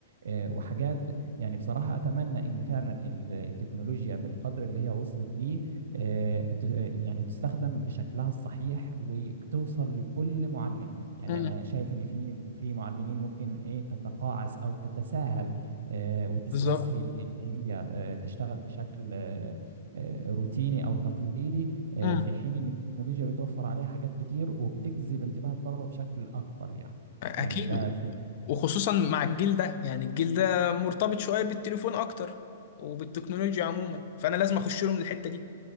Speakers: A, on the right (about 80°); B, on the left (about 45°).
A: آه، وحاجات يعني بصراحة أتمنى إن فعلا ال- التكنولوجيا بالقدر اللي هي وصلت ليه آه، ت- يعني تستخدم بشكلها الصحيح وتوصل لكل معلم يعني
B: امم
A: أنا شايف إن في في معلمين ممكن إيه تتقاعس أو تتساهل آه، وتستسهل
B: بالظبط
A: إن هي آه، تشتغل بشكل آه، آه، روتيني أو تقليدي آه،
B: امم
A: في حين إن التكنولوجيا بتوفر عليها حاجات كتير وبتجذب انتباه الطلبة بشكل أكبر يعني
B: اكيد
A: يعني ده في
B: وخصوصا مع الجيل ده يعني الجيل ده مرتبط شويه بالتليفون اكتر وبالتكنولوجيا عموما فانا لازم اخش لهم الحته دي